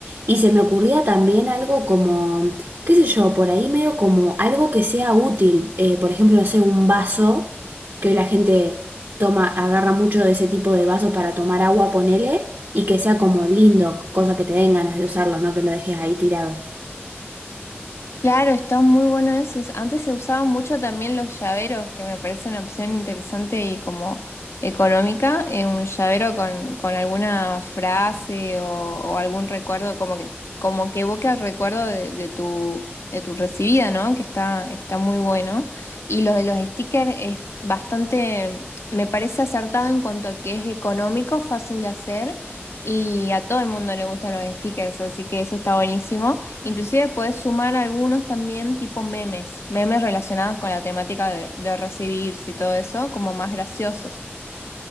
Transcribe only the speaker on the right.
Y se me ocurría también algo como, qué sé yo, por ahí medio como algo que sea útil, eh, por ejemplo, no sé, un vaso que hoy la gente toma, agarra mucho de ese tipo de vaso para tomar agua, ponele, y que sea como lindo, cosa que te den ganas de usarlo, no que lo dejes ahí tirado.